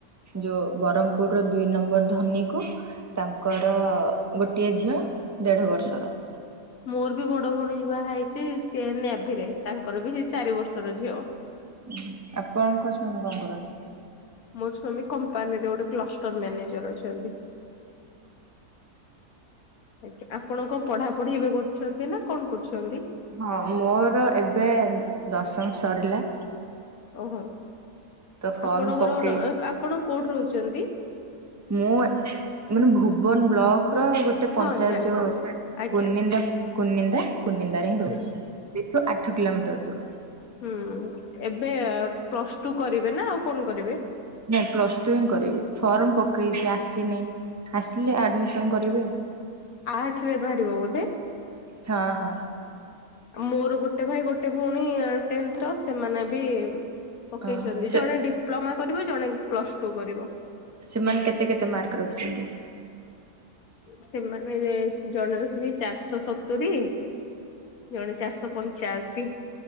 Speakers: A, on the right; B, on the left.
A: ଯୋଉ ବ୍ରହ୍ମପୁର ର ଦୁଇ ନମ୍ବର ଧନୀ କୁ ତାଙ୍କର ଗୋଟିଏ ଝିଅ ଦେଢ଼ ବର୍ଷର।
B: ମୋରବି ବଡ଼ ଭଉଣୀ ବାହା ହେଇଚି ସିଏ ନଭିରେ ତାଙ୍କରବି ସେଇ ଚାରି ବର୍ଷର ଝିଅ।
A: ହୁଁ ଆପଣଙ୍କ ସ୍ଵାମୀ କଣ କରନ୍ତି?
B: ମୋସ୍ଵାମୀ କମ୍ପାନୀରେ ଗୋଟେ କ୍ଲଷ୍ଟର ମ୍ୟାନେଜର ଅଛନ୍ତି। ଆଜ୍ଞା ଆପଣ କଣ ପଢ଼ାପଢ଼ି ଏବେ କରୁଛନ୍ତିନା କଣ କରୁଛନ୍ତି?
A: ହଁ ମୋର ଏବେ ଦଶମ ସରିଲା।
B: ଓହୋ
A: ତ ଫର୍ମ
B: ଆପଣଙ୍କର
A: ପକେଇଚି।
B: ଆପଣ କୋଉଠି ରହୁଛନ୍ତି?
A: ମୁଁ ମାନେ ଭୁବନ ବ୍ଲକର ଗୋ ଗୋଟେ ପଞ୍ଚାୟତ
B: ହଁ ଜାଣିପାରିଲି।
A: ଯୋଉ
B: ଆଜ୍ଞା
A: କୁର୍ନିନ୍ଦା କୁର୍ନିନ୍ଦା କୁର୍ନିନ୍ଦାରେ ହିଁ ରହୁଚି।
B: ହୁଁ
A: ଏଠୁ ଆଠ କିଲୋମିଟର୍ ଦୂର।
B: ହୁଁ ଏବେ ପ୍ଲସ୍ ଟୁ କରିବେନା ଆଉ କଣ କରିବେ।
A: ନାଇଁ ପ୍ଲସଟୁ ହିଁ କରିବି ଫର୍ମ ପକେଇଚି ଆସିନି। ଆସିଲେ ଆଡମିଶନ୍ କରିବେ ଆଉ।
B: ଆଠରେ ବାହାରିବ ବୋଧେ?
A: ହଁ ହଁ।
B: ମୋର ଗୋଟେ ଭାଇ ଗୋଟେ ଭଉଣୀ ଟେନ୍ଥର ସେମାନେବି ପକେଇଚନ୍ତି
A: ଓହୋ ସେ
B: ଜଣେ ଡିପ୍ଲୋମା କରିବ ଜଣେ ପ୍ଲସ୍ ଟୁ କରିବ।
A: ସେମାନେ କେତେ କେତେ ମାର୍କ ରଖିଛନ୍ତି?
B: ସେମାନେ ଜଣେ ରଖିଚି ଚାରିଶହ ସତୁରି ଜଣେ ଚାରିଶହ ପ ପଞ୍ଚା ଅଶି।